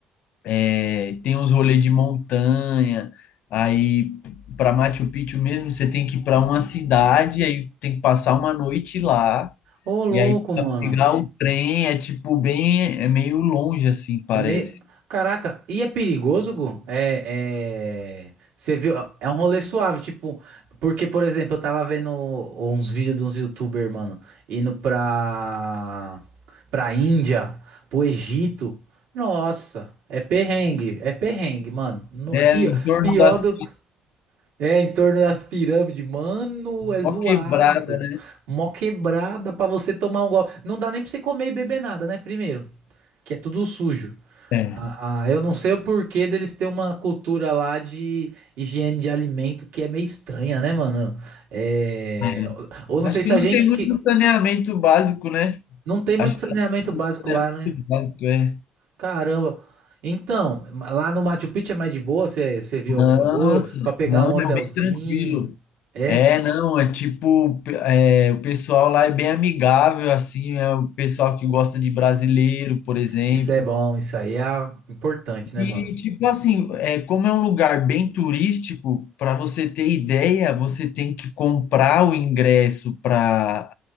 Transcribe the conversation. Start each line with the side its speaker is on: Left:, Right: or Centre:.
Left: é, tem uns rolês de montanha, aí para Machu Picchu mesmo você tem que ir para uma cidade, aí tem que passar uma noite lá,
Right: Ô, louco,
Left: e aí
Right: mano.
Left: pra pegar o trem é, tipo, bem, é meio longe, assim, parece.
Right: É meio... Caraca, e é perigoso, Gu? É, é... Você viu? É um rolê suave, tipo... Porque, por exemplo, eu tava vendo uns vídeos de uns YouTuber, mano, indo pra... pra Índia, pro Egito. Nossa, é perrengue, é perrengue, mano. No-
Left: É,
Right: Pior,
Left: em torno
Right: pior
Left: das...
Right: do... É, em torno das pirâmides. Mano, é zoado.
Left: Ó quebrada, né?
Right: Mó quebrada pra você tomar um golpe. Não dá nem pra você comer e beber nada, né? Primeiro que é tudo sujo.
Left: É.
Right: Ah, ah, eu não sei o porquê deles ter uma cultura lá de higiene de alimento que é meio estranha, né, mano? É...
Left: É.
Right: Ou ou não sei
Left: Acho que
Right: se
Left: não
Right: a gente
Left: tem muito
Right: que
Left: saneamento básico, né?
Right: não tem muito
Left: Acho
Right: saneamento
Left: que é
Right: básico lá, né?
Left: muito básico, é.
Right: Caramba. Então, lá no Machu Picchu é mais de boa, você você viu
Left: Nossa,
Right: algum bagulho Pra pegar
Left: não,
Right: um hotelzinho.
Left: é bem tranquilo.
Right: É?
Left: É, não, é tipo, pe- é, o pessoal lá é bem amigável, assim, é o pessoal que gosta de brasileiro, por exemplo.
Right: Isso é bom, isso aí é importante, né,
Left: E,
Right: mano?
Left: tipo assim, é, como é um lugar bem turístico, para você ter ideia, você tem que comprar o ingresso para.